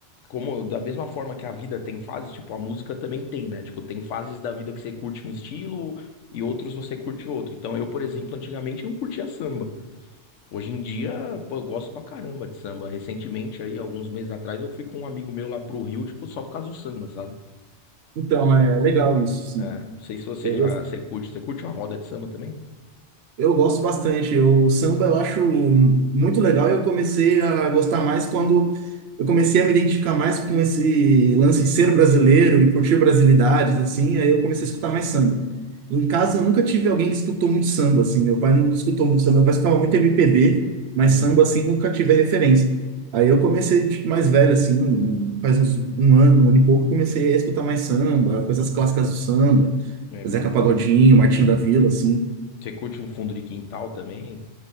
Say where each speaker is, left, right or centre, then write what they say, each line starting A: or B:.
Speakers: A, on the left (about 80°); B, on the right (about 65°).
A: como da mesma forma que a vida tem fases, tipo, a música também tem, né? Tipo, tem fases da vida que você curte um estilo e outros você curte outro. Então, eu, por exemplo, antigamente não curtia samba. Hoje em dia, pô, eu gosto pra caramba de samba. Recentemente aí, alguns meses atrás, eu fui com um amigo meu lá pro Rio, tipo, só por causa do samba, sabe?
B: Então, é legal isso, sim.
A: É, não sei se você
B: Eu,
A: já, você curte, você curte uma roda de samba também?
B: Eu gosto bastante. Eu- O samba eu acho muito legal e eu comecei a gostar mais quando eu comecei a me identificar mais com esse lance de ser brasileiro e curtir brasilidades, assim, aí eu comecei a escutar mais samba. Em casa eu nunca tive alguém que escutou muito samba, assim. Meu pai nunca escutou muito samba, meu pai escutava muito MPB, mas
A: Hum,
B: samba, assim, nunca tive a referência. Aí eu comecei de- mais velho, assim, um- faz uns um ano, um ano e pouco, comecei a escutar mais samba, coisas clássicas do samba,
A: legal.
B: Zeca Pagodinho, Martinho da Vila, assim.
A: Você curte um fundo de quintal também?